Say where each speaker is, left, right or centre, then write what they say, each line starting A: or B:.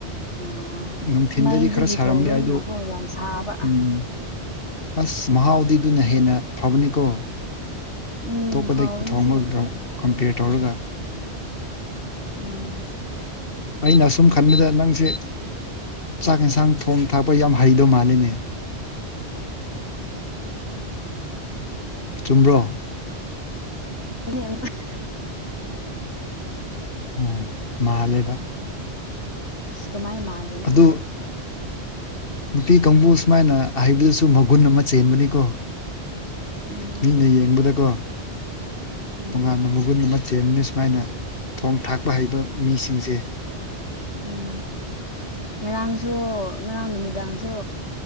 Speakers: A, on the left (about 85°); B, on the left (about 55°).
A: ꯑ
B: ꯅꯨꯡꯊꯤꯟꯗꯗꯤ
A: ꯃꯩꯗꯒꯤ
B: ꯈꯔ ꯁꯥꯔꯝꯕ
A: ꯊꯣꯡꯕꯗꯨꯅꯀꯣ
B: ꯌꯥꯏ ꯑꯗꯨ
A: ꯌꯥꯝ ꯁꯥꯕ
B: ꯎꯝ ꯑꯁ ꯃꯍꯥꯎꯥꯎꯗꯤꯤꯗꯨꯅ ꯍꯦꯟꯅ ꯐꯕꯅꯤꯀꯣ ꯑꯇꯣꯞꯄꯗꯒꯤ
A: ꯎꯝ ꯍꯥꯎꯕꯅꯤ
B: ꯊꯣꯡꯕꯒ
A: ꯁꯤꯅꯗꯤ
B: ꯀꯝꯄꯤꯌꯔ ꯇꯧꯔꯒ
A: ꯎꯝ
B: ꯑꯩꯅ ꯑꯁꯨꯝ ꯈꯟꯕꯗ ꯅꯪꯁꯦ ꯆꯥꯛ ꯌꯦꯟꯁꯥꯡ ꯊꯣꯡ ꯊꯥꯛꯄ ꯌꯥꯝ ꯍꯩꯗꯧ ꯃꯥꯜꯂꯤꯅꯦ ꯆꯨꯝꯕ꯭ꯔꯣ
A: <unintelligible>
B: ꯑꯣ ꯃꯥꯜꯂꯦꯕ
A: ꯑꯁ ꯀꯃꯥꯏ ꯃꯥꯜꯂꯤꯅꯣ
B: ꯑꯗꯨ
A: ꯍꯥꯏꯁꯦ
B: ꯅꯨꯄꯤ ꯀꯥꯡꯕꯨ ꯁꯨꯃꯥꯏꯅ ꯍꯩꯕꯗꯨꯁꯨ ꯃꯒꯨꯟ ꯑꯃ ꯆꯦꯟꯕꯅꯤꯀꯣ
A: ꯎꯝ
B: ꯃꯤꯅ ꯌꯦꯡꯕꯗꯀꯣ
A: ꯎꯝ
B: ꯇꯣꯉꯥꯟꯅ ꯃꯒꯨꯟ ꯑꯃ ꯆꯦꯟꯕꯅ ꯁꯨꯃꯥꯏꯅ ꯊꯣꯡ ꯊꯥꯛꯄ ꯍꯩꯕ ꯃꯤꯁꯤꯡꯁꯦ
A: ꯎꯝ ꯉꯔꯥꯡꯁꯨ ꯉꯔꯥꯡ ꯅꯨꯃꯤꯗꯥꯡꯁꯨ